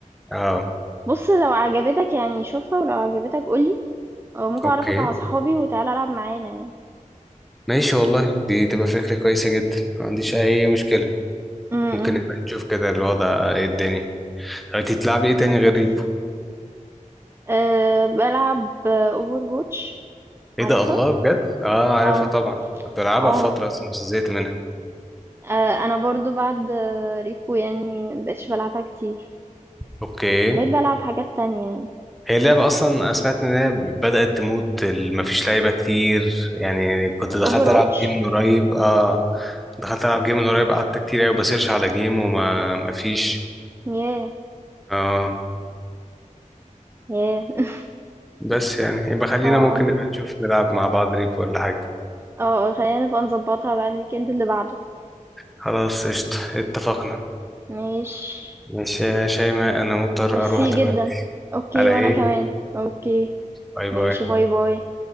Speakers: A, in the centre; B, on the right (about 20°).
A: اه
B: بص لو عجبتك يعني شوفها ولو عجبتك قولي أو ممكن
A: اوكي
B: أعرفك على صحابي وتعالى ألعب معانا يعني
A: ماشي والله دي تبقى فكرة كويسة جدا ما عنديش أي مشكلة
B: امم
A: ممكن نبقى نشوف كده الوضع ايه الدنيا طب انتي بتلعبي ايه تاني غير
B: بس
A: ريبو
B: أه بلعب اوفر واتش
A: ايه
B: عارفها
A: ده الله بجد اه عارفها
B: اه
A: طبعا كنت بلعبها
B: اه
A: في فترة اصلا بس زهقت منها
B: آه، انا برضو بعد آه، ريبو يعني مبقتش بلعبها كتير
A: اوكي
B: بقيت بلعب حاجات تانية يعني
A: هي اللعبة أصلا أنا سمعت إن هي بدأت تموت ال- مفيش لعيبة كتير يعني كنت دخلت
B: اوفر واتش
A: ألعب جيم من قريب اه دخلت ألعب جيم من قريب قعدت كتير أوي بسيرش على جيم وما مفيش
B: ياه
A: اه
B: ياه
A: بس يعني يبقى خلينا
B: <laughs> اه
A: ممكن
B: اه
A: نبقى نشوف نلعب مع بعض ريب ولا حاجة
B: اه آه، خلينا نبقى نظبطها بقى الويكند اللي بعده
A: خلاص قشطة اتفقنا
B: ماشي
A: ماشي يا شيماء أنا مضطر
B: ميرسي
A: أروح
B: خلاص
A: دلوقتي
B: جدا اوكي
A: على
B: وانا
A: إيه
B: حبيبي كمان حبيبي، اوكي
A: باي باي
B: ماشي باي باي باي